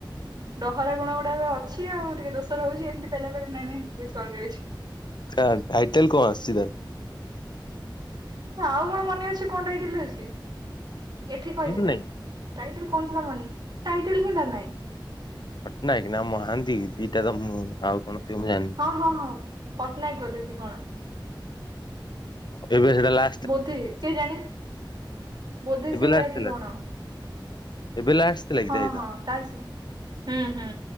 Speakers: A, on the right; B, on the left.
A: ଡହରା ଗୁଣ ଗୁଡା ଅଛି ଆଉ ଟିକେ ଦୋଷ ରହୁଚି ଏମିତି ପେଲାପେଲି ନେନେ ଟିକେ ଚଳି ଯାଉଚି।
B: କ ଟାଇଟେଲେ କଣ ଆସିଛି ତାର।
A: ଆଉ କଣ ମନେ ଅଛି କଣଟେ ହେ ଅଛି ଏଠି କହିଥିଲା।
B: ମୁଁ ନାଇଁ
A: ଟାଇଟେଲେ କଣ ଥିଲା ମନେ ଟାଇଟେଲେ ବି ମନେ ନହିଁ।
B: ପଟ୍ଟନାୟେକେ ନା ମହାନ୍ତି ଦିଟା ତ ମୁଁ ଆଉ କଣ ଥିବ ମୁଁ ଜାଣିନେହିଁ।
A: ହଁ ହଁ ହଁ ପଟ୍ଟନାୟେକେ ବୋଧେ କି କଣ?
B: କେବେ ସେଇଟା ଲା
A: ବୋଧି କିଏ ଜାଣି ବୋଧେ
B: ଏବେ
A: ସେଇଆା
B: ଲାଷ୍ଟ
A: କି
B: ଥିଲା
A: କଣ?
B: ଏବେ ଲାଷ୍ଟ ଥିଲା କି
A: ହଁ
B: ତା ସହିତ
A: ହଁ ତା ହୁଁ ହୁଁ।